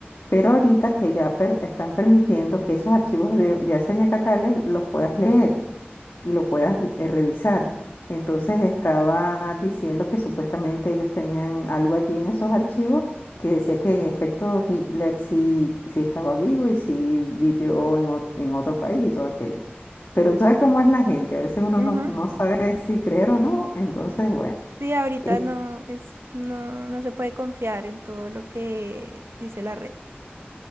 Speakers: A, on the left (about 80°); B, on the right (about 85°).
A: pero ahorita que ya per- están permitiendo que esos archivos de, de hace añacatales los puedas leer y lo puedas eh, revisar. Entonces estaba diciendo que supuestamente ellos tenían algo allí en esos archivos que decía que en efecto Hitler sí, sí estaba vivo y sí vivió en, ot- en otro país y todo aquello. Pero tú sabes cómo es la gente, a veces uno
B: ujú.
A: no, no sabe si creer o no, entonces bueno,
B: Sí, ahorita
A: es
B: no es, no, no se puede confiar en todo lo que dice la red.